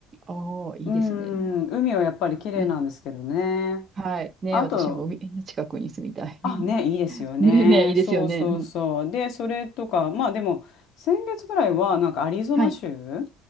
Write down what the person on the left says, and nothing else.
うん、海はやっぱり綺麗なんですけどね。
あと、
あ、
ね、いいですよね。
そうそうそう。
で、それとか、まあでも先月ぐらいはなんかアリゾナ州